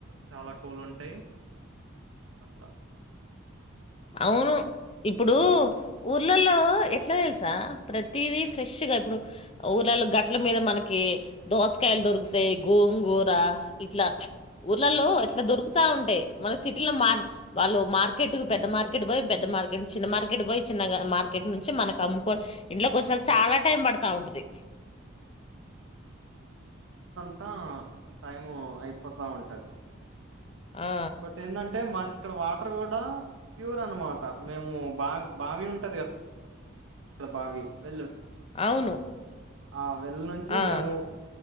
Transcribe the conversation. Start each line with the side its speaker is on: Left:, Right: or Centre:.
Right: చాలా కూల్ ఉంటాయి అట్లా
Left: అవును ఇప్పుడు ఊర్లలో ఎట్లా తెలుసా ప్రతిదీ ఫ్రెష్గా ఇప్పుడు ఊర్లలో గట్టల మీద మనకి దోసకాయలు దొరుకుతాయి గోంగూర ఇట్లా ఊర్లలో ఇట్లా దొరుకుతా ఉంటాయి మన సిటీలో మ వాళ్ళు మార్కెట్ పెద్ద మార్కెట్ పోయి పెద్ద మార్కెట్ చిన్న మార్కెట్ పోయి చిన్న మార్కెట్ నుంచి మనకు అమ్ముకోని ఇంట్లోకి వచ్చసారి చాలా టైం పడుతా ఉంటుది
Right: మొత్తా టైము అయిపోతా ఉంటది
Left: ఆ!
Right: ఇంకోటి ఏంటంటే మాకి ఇక్కడ వాటర్ కూడా ప్యూర్ అనమాట మేము బావి బావి ఉంటది కదా భావి వెళ్ళ
Left: అవును.
Right: ఆ వెల్లు నుంచి
Left: ఆ!
Right: మేము.